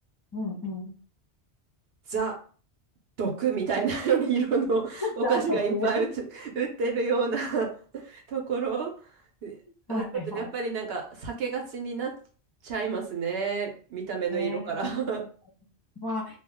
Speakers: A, on the left (about 30°); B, on the right (about 65°).
A: う。うんうん。
B: ザ、毒みたいな <laughs> 色のお菓子がいっぱい売つ
A: ざっ <laughs>
B: <laughs> 売ってるような <laughs> ところ、あ、
A: はいはい。
B: ちょっとやっぱりなんか避けがちになっちゃいますね。見た目の色から
A: ええ、
B: <laughs>
A: まあ、